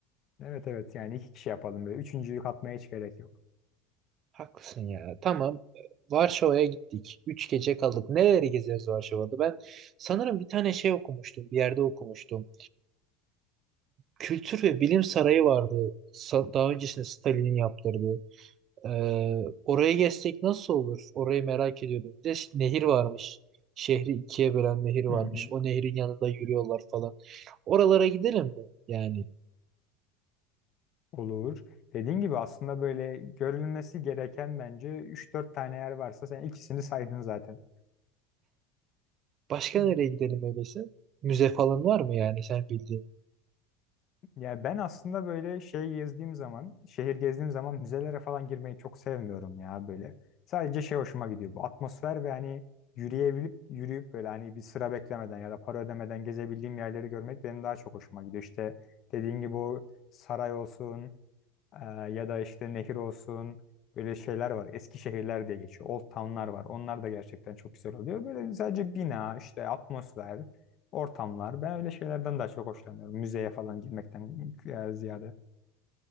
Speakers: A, on the left (about 50°); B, on the right (about 45°).
A: Evet evet yani iki kişi yapalım böyle. Üçüncüyü katmaya hiç gerek yok.
B: Haklısın ya. Tamam. Varşova'ya gittik. Üç gece kaldık. Neleri gezeriz Varşova'da? Ben sanırım bir tane şey okumuştum. Bir yerde okumuştum. Kültür ve Bilim Sarayı vardı. Sa- Daha öncesinde Stalin'in yaptırdığı. Ee, orayı gezsek nasıl olur? Orayı merak ediyordum. Bir de ş- nehir varmış. Şehri ikiye bölen nehir varmış.
A: Hı hı.
B: O nehrin yanında yürüyorlar falan. Oralara gidelim mi? Yani.
A: Olur. Dediğin gibi aslında böyle görülmesi gereken bence üç dört tane yer varsa sen ikisini saydın zaten.
B: Başka
A: Hmm.
B: nereye gidelim öyleyse? Müze falan var mı yani sen bildiğin?
A: Ya ben aslında böyle şey gezdiğim zaman, şehir gezdiğim zaman müzelere falan girmeyi çok sevmiyorum ya böyle. Sadece şey hoşuma gidiyor. Bu atmosfer ve hani yürüyebilip yürüyüp böyle hani bir sıra beklemeden ya da para ödemeden gezebildiğim yerleri görmek benim daha çok hoşuma gidiyor. İşte dediğin gibi o saray olsun, ee, ya da işte nehir olsun böyle şeyler var. Eski şehirler diye geçiyor. Old town'lar var. Onlar da gerçekten çok güzel oluyor. Böyle sadece bina, işte atmosfer, ortamlar. Ben öyle şeylerden daha çok hoşlanıyorum. Müzeye falan girmekten e, ziyade.